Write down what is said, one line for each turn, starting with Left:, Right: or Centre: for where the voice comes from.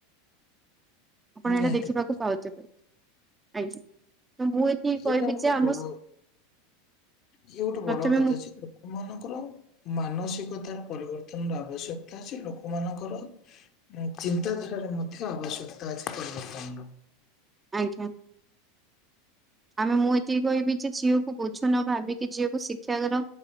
Right: ଆପଣ
Left: ନିହାତି
Right: ଏଇଟା ଦେଖିବାକୁ
Left: ଭାବେ।
Right: ପାଉଥିବେ। ଆଜ୍ଞା ତ ମୁଁ ଏଠି କହିବି
Left: ଏଇଟା ଗୋଟେ
Right: ଯେ ଆମ
Left: ବଡ
Right: ସ
Left: ଇଏ ଗୋଟେ ବଡ଼
Right: ପ୍ରଥମେ
Left: କଥା
Right: ମୁଁ
Left: ଅଛି ଯୋଉ ମାନଙ୍କର ମାନସିକତାର ପରିବର୍ତ୍ତନର ଆବଶ୍ୟକତା ଅଛି ଲୋକମାନଙ୍କର ଚିନ୍ତାଧାରାରେ ମଧ୍ୟ ଆବଶ୍ୟକତା ଅଛି ପରିବର୍ତ୍ତନର।
Right: ଆଜ୍ଞା। ଆମେ ମୁଁ ଏତିକି କହିବି ଯେ ଝିଅକୁ ବୋଝ ନ ଭାବିିକି ଝିଅକୁ ଶିକ୍ଷାକର